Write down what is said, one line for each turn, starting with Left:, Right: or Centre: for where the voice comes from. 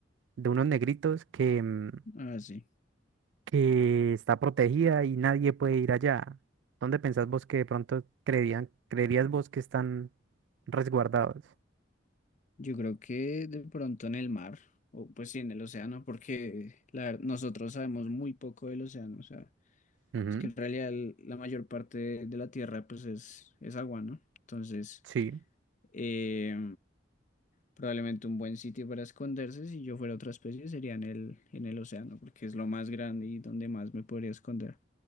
Right: de unos negritos que, mm,
Left: Ah, sí.
Right: que está protegida y nadie puede ir allá. ¿Dónde pensás vos que de pronto creerían, creerías vos que están resguardados?
Left: Yo creo que de pronto en el mar, o pues sí, en el océano, porque la, ver- nosotros sabemos muy poco del océano, o sea.
Right: Ujú,
Left: Es que en realidad el- la mayor parte de la Tierra pues es, es agua, ¿no? Entonces,
Right: Sí.
Left: eh, probablemente un buen sitio para esconderse, si yo fuera otra especie, sería en el, en el océano, porque es lo más grande y donde más me podría esconder.